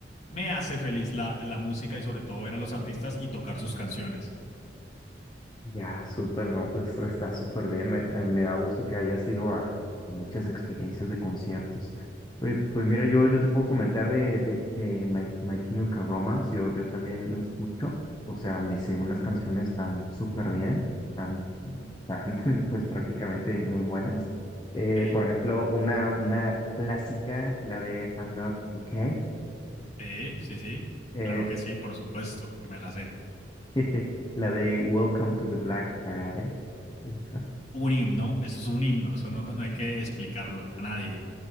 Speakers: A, on the left; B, on the left.
A: me hace feliz la, la música y sobre todo ver a los artistas y tocar sus canciones.
B: Ya, súper, no, pues está súper bien. Me, eh, me da gusto que hayas ido a muchas experiencias de conciertos. Pues, pues mira, yo, yo te puedo comentar de, de, de My, My Chemical Romance. Yo, yo también lo escucho. O sea, me sé unas canciones tan súper bien, tan, tan, <laughs> pues prácticamente muy buenas. Eh,
A: Sí,
B: por ejemplo, una, una clásica, la de I'm Not Okay.
A: sí, sí, sí,
B: eh,
A: claro que sí, por supuesto, que me la sé.
B: <laughs> la de Welcome to the Black Parade. Esa.
A: Un himno, eso es un himno, eso no, no hay que explicarlo a nadie.